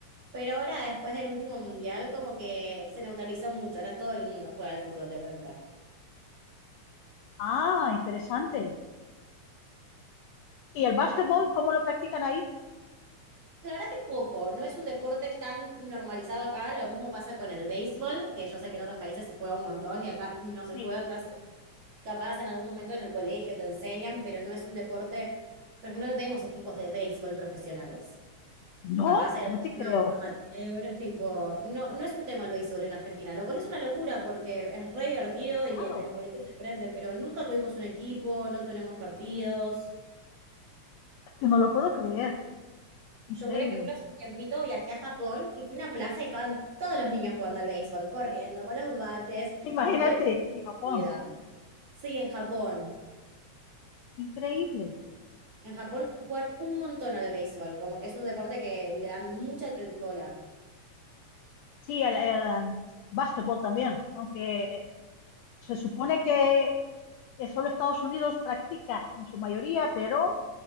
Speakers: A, on the right; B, on the left.
A: Pero ahora, después del último mundial, como que se neutralizó mucho. Ahora todo el mundo juega al fútbol de vuelta.
B: Ah, interesante. ¿Y el básquetbol, cómo lo practican ahí?
A: La verdad que poco, no es un deporte tan normalizado acá. Lo mismo pasa con el béisbol, que yo sé que en otros países se juega un montón y acá no
B: Sí.
A: se juega casi.
B: sí.
A: Capaz en algún momento en el colegio te enseñan, pero no es un deporte. Por ejemplo, no tenemos equipos de béisbol profesionales.
B: No,
A: Capaz en
B: no te creo.
A: una amateur, tipo, no, no es un tema el béisbol en Argentina, lo cual es una locura porque es re divertido
B: Claro.
A: y en, en cualquier se prende, pero nunca tuvimos un equipo, no tenemos partidos.
B: que no lo puedo creer, increíble.
A: Yo, por ejemplo, hace un tiempito viajé a Japón y fui a una plaza y estaban todos los niños jugando al béisbol, corriendo, con los bates,
B: Imagínate,
A: como que era una
B: y Japón,
A: actividad. Sí, en Japón.
B: increíble.
A: En Japón juegan un montón al béisbol, como que es un deporte que le dan mucha bola.
B: Sí, el, el, um, básquetbol también, aunque eh, se supone que eh, solo Estados Unidos practica en su mayoría, pero